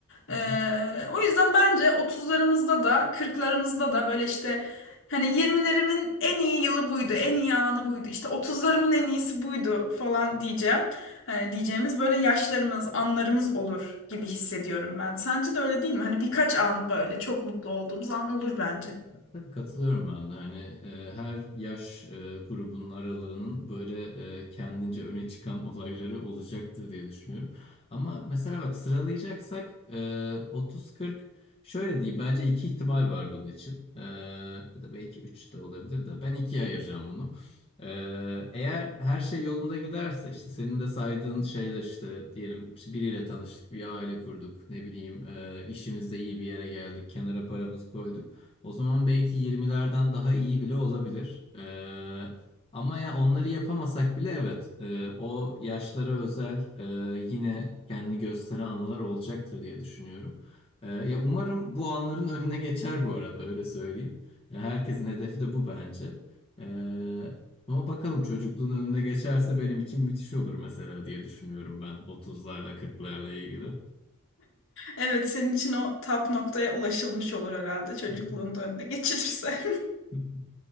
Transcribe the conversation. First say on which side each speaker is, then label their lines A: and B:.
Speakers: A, on the left (about 60°); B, on the left (about 25°).
A: Ee,
B: hı.
A: o yüzden bence otuzlarımızda da kırklarımızda da böyle işte hani 20'lerimin en iyi yılı buydu, en iyi anı buydu. İşte 30'larımın en iyisi buydu falan diyeceğim. Hani diyeceğimiz böyle yaşlarımız, anlarımız olur gibi hissediyorum ben. Sence de öyle değil mi? Hani birkaç an böyle çok mutlu olduğumuz an olur bence.
B: Tabii katılıyorum ben de hani e, her yaş e, grubunun aralığının böyle e, kendince öne çıkan <laughs> olayları olacaktır diye düşünüyorum. Ama mesela bak sıralayacaksak e, 30-40 şöyle diyeyim bence iki ihtimal var bunun için E, ya da belki 3 de olabilir de ben ikiye ayıracağım bunu. E, eğer her şey yolunda giderse işte senin de saydığın şeyler işte diyelim işte biriyle tanıştık bir aile kurduk ne bileyim e, işimizde iyi bir yere geldik kenara paramızı koyduk. O zaman belki 20'lerden daha iyi bile olabilir. Ee, ama ya onları yapamasak bile evet e, o yaşlara özel e, yine kendini gösteren anılar olacaktır diye düşünüyorum. Ee, ya umarım bu anların önüne geçer bu arada öyle söyleyeyim. Ya herkesin hedefi de bu bence. Ee, ama bakalım çocukluğun önüne geçerse benim için müthiş olur mesela diye düşünüyorum ben 30'larla 40'larla ilgili.
A: Evet, senin için o tap noktaya ulaşılmış olur herhalde çocukluğun
B: Hı
A: da önüne geçilirse.
B: hı.